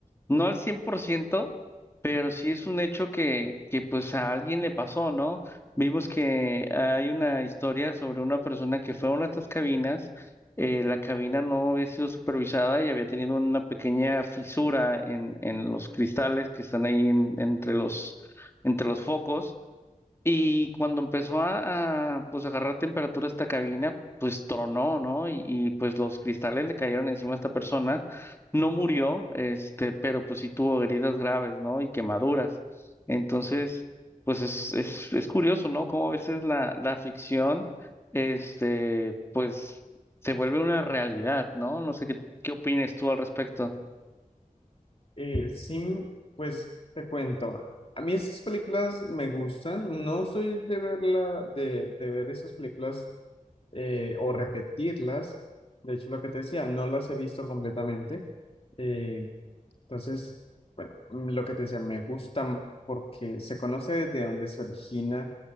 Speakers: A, on the left; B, on the left.
A: no al 100%, pero sí es un hecho que, que pues a alguien le pasó, ¿no? Vimos que hay una historia sobre una persona que fue a una de estas cabinas, eh, la cabina no había sido supervisada y había tenido una pequeña fisura en, en los cristales que están ahí en- entre los, entre los focos. Y cuando empezó a, a, pues agarrar temperatura esta cabina, pues tronó, ¿no? Y, y, pues los cristales le cayeron encima a esta persona. No murió, este, pero pues sí tuvo heridas graves, ¿no? Y quemaduras. Entonces, pues es, es, es curioso, ¿no? Cómo a veces la, la ficción, este, pues se vuelve una realidad, ¿no? No sé qué, qué opines tú al respecto.
B: Eh, sí, pues te cuento. A mí esas películas me gustan. No soy de verla, de, de ver esas películas eh, o repetirlas. De hecho, lo que te decía, no las he visto completamente. Eh, Entonces, bueno, mm, lo que te decía, me gusta porque se conoce desde dónde se origina